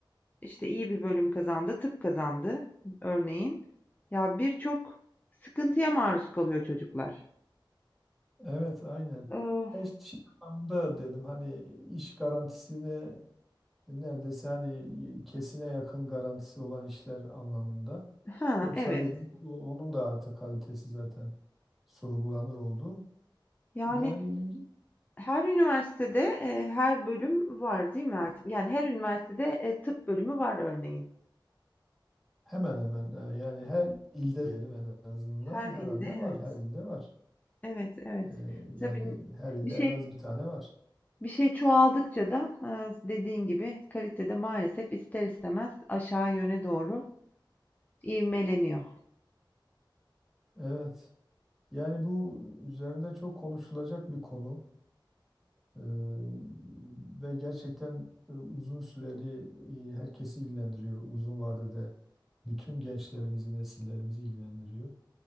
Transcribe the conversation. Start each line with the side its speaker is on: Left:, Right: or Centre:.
Left: İşte iyi bir bölüm kazandı, tıp kazandı örneğin. Ya birçok sıkıntıya maruz kalıyor çocuklar.
Centre: Evet aynen.
Left: Ee,
Centre: Ya işte şey anlamında dedim hani iş garantisine neredeyse hani kesine yakın garantisi olan işler anlamında.
Left: ha
Centre: Yoksa
Left: evet.
Centre: dedim o- onun da artık kalitesi zaten sorgulanır oldu.
Left: Yani
Centre: Yani ilgi
Left: her üniversitede e, her bölüm var değil mi artık? Yani her üniversitede e, tıp bölümü var örneğin.
Centre: hemen hemen e, yani her ilde diyelim en azından
Left: Her
Centre: herhalde
Left: ilde
Centre: var
Left: evet.
Centre: her ilde var.
Left: Evet, evet.
Centre: Ee, yani
Left: Tabii
Centre: her ilde
Left: bir şey
Centre: en az bir tane var.
Left: bir şey çoğaldıkça da e, dediğin gibi kalitede maalesef ister istemez aşağı yöne doğru ivmeleniyor.
Centre: Evet. Yani bu üzerinde çok konuşulacak bir konu. Ee, ve gerçekten e, uzun süreli e, herkesi ilgilendiriyor. Uzun vadede bütün gençlerimizi, nesillerimizi ilgilendiriyor.